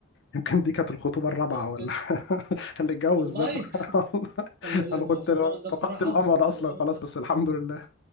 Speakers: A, on the left (about 60°); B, on the right (about 50°).
A: يمكن دي كانت الخطوبة
B: طب
A: الرابعة
B: كويس
A: ولا
B: جدا
A: <laughs> اللي اتجوز
B: والله
A: ده <laughs>
B: خلي بالك
A: أنا كنت
B: ما هو في الزمن ده
A: فقدت
B: بصراحه
A: الأمل أصلا
B: في الزمن
A: خلاص
B: ده
A: بس الحمد لله